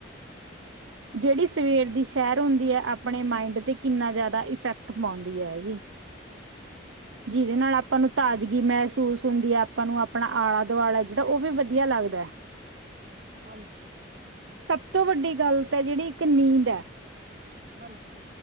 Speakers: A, on the right; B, on the right.
A: ਹਾਂਜੀ,
B: ਜਿਹੜੀ ਸਵੇਰ ਦੀ ਸੈਰ ਹੁੰਦੀ ਹੈ ਆਪਣੇ ਮਾਇੰਡ ਤੇ ਕਿੰਨਾ ਜ਼ਿਆਦਾ ਇਫੈਕਟ। ਪਾਉਂਦੀ ਹੈਗੀ
A: ਬਿਲਕੁਲ ਜੀ,
B: ਜਿਹਦੇ ਨਾਲ ਆਪਾਂ ਨੂੰ। ਤਾਜ਼ਗੀ ਮਹਿਸੂਸ ਹੁੰਦੀ ਹੈ ਆਪਾਂ ਨੂੰ ਆਪਣਾ ਆਲਾ ਦੁਆਲਾ ਜਿਹੜਾ ਉਹ ਵੀ ਵਧੀਆ ਲੱਗਦਾ।
A: ਹਾਂਜੀ
B: ਸਭ ਤੋਂ ਵੱਡੀ ਗੱਲ ਤਾਂ ਜਿਹੜੀ ਇੱਕ ਨੀਂਦ ਹੈ।
A: ਹਾਂਜੀ